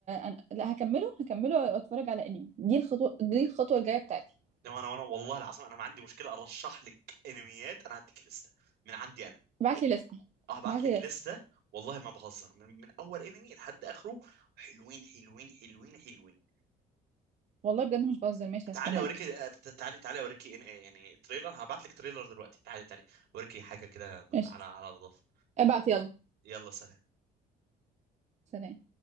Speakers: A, on the right; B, on the right.
A: أنا لا هكمله هكمله واتفرج على انمي دي الخطوه دي الخطوه الجايه بتاعتي
B: انما انا وانا والله العظيم انا ما عندي مشكله ارشح لك انميات انا هديك لسته من عندي انا
A: ابعت لي لستة
B: أه، هبعت
A: ابعت
B: لك
A: لي لستة
B: لسته والله ما بهزر من, من اول انمي لحد اخره حلوين حلوين حلوين حلوين
A: والله بجد مش بهزر ماشي هستناك
B: تعالي اوريكي آه، ت- تعالي تعالي اوريكي إن- آه، يعني تريلر هبعت لك تريلر دلوقتي تعالي تعالي اوريكي حاجه كده
A: قشطة
B: على على نظافه
A: ابعت يلا
B: يلا سلام
A: سلام